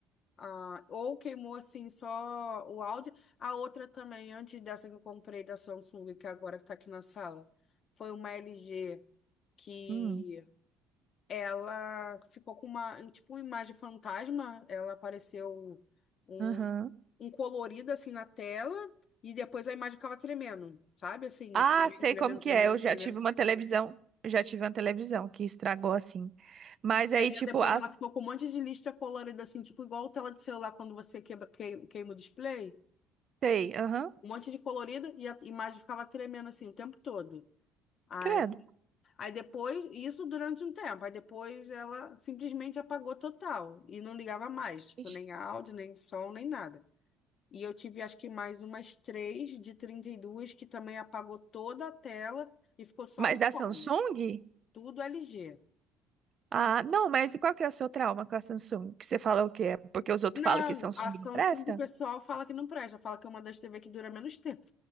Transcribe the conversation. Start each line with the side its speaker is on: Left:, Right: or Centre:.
Left: Ah, ou queimou assim só o áudio. A outra também, antes dessa que eu comprei da Samsung, que agora que está aqui na sala, foi uma LG que
Right: Hum,
Left: ela ficou com uma, um, tipo, uma imagem fantasma. Ela apareceu um,
Right: Aham.
Left: um colorido assim na tela e depois a imagem ficava tremendo, sabe? Assim,
Right: Ah,
Left: tremendo,
Right: sei
Left: tremendo,
Right: como que
Left: tremendo,
Right: é. Eu já
Left: tremendo.
Right: tive uma televisão. eu Já tive uma televisão que estragou assim. Mas
Left: E
Right: aí,
Left: aí
Right: tipo,
Left: depois
Right: as
Left: ela ficou com um monte de lista colorida assim, tipo igual tela de celular quando você quebra, queima, queima o display.
Right: Sei, aham,
Left: um monte de colorida e a imagem ficava tremendo assim o tempo todo. Aí,
Right: credo.
Left: aí depois, isso durante um tempo, aí depois ela simplesmente apagou total e não ligava mais, tipo,
Right: Ixi.
Left: nem áudio, nem som, nem nada. E eu tive acho que mais umas três de 32 que também apagou toda a tela e ficou só
Right: Mas
Left: o
Right: da
Left: som,
Right: Samsung?
Left: tudo LG.
Right: Ah, não, mas e qual que é o seu trauma com a Samsung? Que você fala o quê? É porque os outros
Left: Não,
Right: falam que Samsung
Left: a Samsung
Right: não presta?
Left: do pessoal fala que não presta, fala que é uma das TV que dura menos tempo.